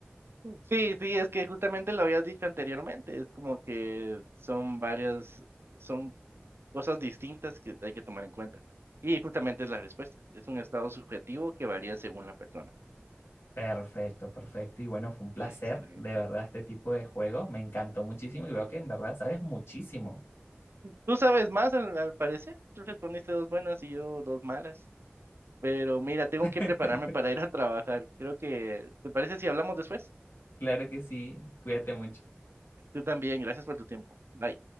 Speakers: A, on the right; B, on the left.
A: Sí, sí, es que justamente lo habías dicho anteriormente, es como que son varias, son Cosas distintas que hay que tomar en cuenta. Y justamente es la respuesta. Es un estado subjetivo que varía según la persona.
B: Perfecto, perfecto. Y bueno, fue un placer,
A: Excelente.
B: de verdad, este tipo de juego. Me encantó muchísimo y veo que en verdad sabes muchísimo.
A: Tú sabes más, al, al parecer. Tú respondiste dos buenas y yo dos malas. Pero mira, tengo
B: <laughs>
A: que prepararme para ir a trabajar. Creo que, ¿te parece si hablamos después?
B: Claro que sí, cuídate mucho.
A: Tú también. Gracias por tu tiempo. Bye.